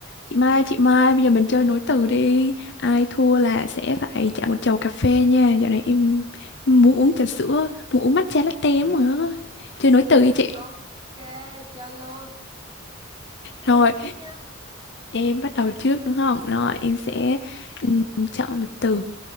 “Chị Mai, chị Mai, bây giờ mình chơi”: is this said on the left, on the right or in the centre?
Left